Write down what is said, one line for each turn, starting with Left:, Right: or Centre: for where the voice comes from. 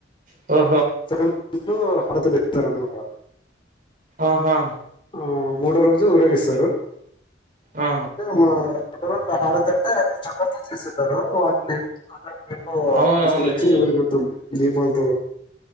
Right: ఆ
Left: సెకడ్ లో హరాతులు ఇస్తారన్నమాట
Right: ఆహా
Left: ఆ మూడో రోజు ఊరేగిస్తారు
Right: ఆ
Left: అంటే మ పండగ రోజు హారతి అంటే చేక్కర తో చేసుంటారు వాటిని అందర్ పో
Right: అవును
Left: తీసుకొని
Right: అవునులేండి
Left: వచ్చి ఊరికి మొత్తం ధిపాల్తో